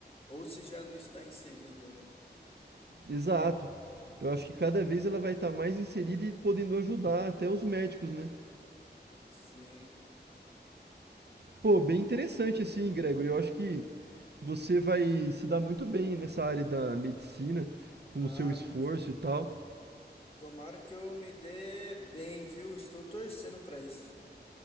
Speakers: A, on the left; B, on the right.
A: Ou se já não está inserida, né?
B: Exato. Eu acho que cada vez ela vai estar mais inserida e podendo ajudar até os médicos, né?
A: Sim.
B: Pô, bem interessante assim, Gregory. Eu acho que você vai se dar muito bem nessa área da medicina, com
A: Ah,
B: o seu esforço
A: to-
B: e tal.
A: tomara que eu me dê bem, viu? Estou torcendo para isso.